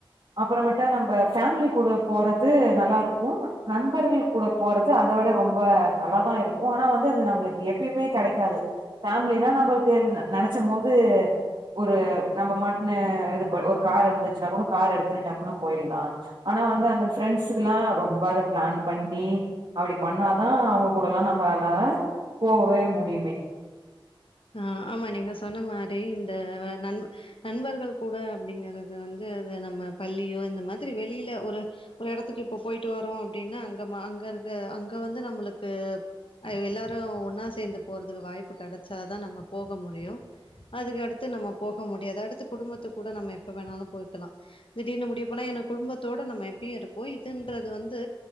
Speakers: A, on the right; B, on the left.
A: அப்பறமட்டு நம்ப ஃபேமிலி கூட போறது நல்லாருக்கு நண்பர்கள் கூட போறது அத விட ரொம்ப நல்ல தா இருக்கு ஆனா வந்து அது நம்மளுக்கு எப்பயுமே கடைக்காது ஃபேமிலி என்னா நம்பளுக்கு நெனச்சமோது ஒரு நம்ம மாட்ன்னு இது ஒரு கார் இருந்துச்சுன்னா கூட கார் எடுத்துட்டு டப்புனு போயிட்லா ஆனா ஆனா வந்து அந்த ஃப்ரெண்ட்ஸுக்குலா ரொம்ப அத ப்ளான் பண்ணி அப்டி பண்ணாதா அவுங்க கூடலா நம்ப பண்ணாதா போவே முடியுமே
B: ஆஹ் ஆமா நீங்க சொன்ன மாரி இந்த நன் நண்பர்கள் கூட அப்டிங்கறது வந்து இது து நம்ம பள்ளியோ இந்த மாதிரி வெளில ஒரு ஒரு எடத்துக்கு இப்ப போயிட்டு வரோ அப்டின்னா அங்கமா அங்க கறது அங்க வந்து நம்மளுக்கு அ எல்லாரு ஒன்னா சேந்து போறதுக்கு வாய்ப்பு கடச் சாதா நம்ம போக முடியு அதுக்கடுத்து நம்ம போஹ முடியாது அடுத்து குடும்பத்து கூட நம்ம எப்ப வேணாலு போய்க்கலா திடீர்னு முடிவு பண்ணா என குடும்பத்தோட நம்ம எப்பயு இருப்போ இதுன்றது வந்து